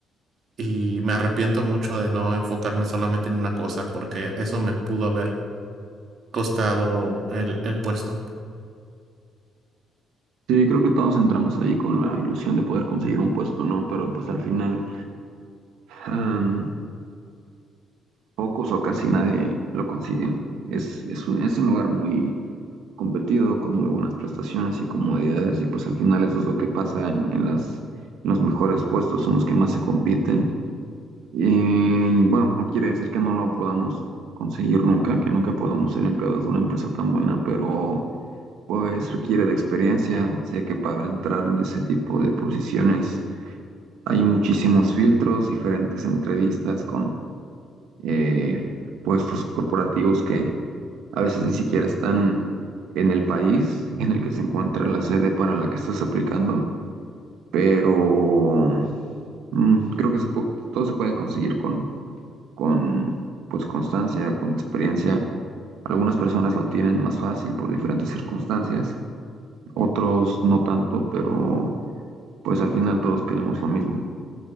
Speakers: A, on the right; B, on the right.
A: y me arrepiento mucho de no enfocarme solamente en una cosa porque eso me pudo haber costado el, el puesto.
B: Sí, creo que todos entramos ahí con la ilusión de poder conseguir un puesto, ¿no? Pero pues al final am, pocos o casi nadie lo consiguen. Es, es un, es un lugar muy competido, con muy buenas prestaciones y comodidades y pues al final eso es lo que pasa en, en las, en los mejores puestos, son los que más se compiten Y bueno, no quiere decir que no lo podamos conseguir nunca, que nunca podamos ser empleados de una empresa tan buena, pero pues requiere de experiencia. Sé que para entrar en ese tipo de posiciones hay muchísimos filtros, diferentes entrevistas con eh, puestos corporativos que a veces ni siquiera están en el país en el que se encuentra la sede para la que estás aplicando, pero mm, creo que se pu- todo se puede conseguir con con pues constancia, con experiencia. Algunas personas lo tienen más fácil por diferentes circunstancias, otros no tanto, pero pues al final todos queremos lo mismo.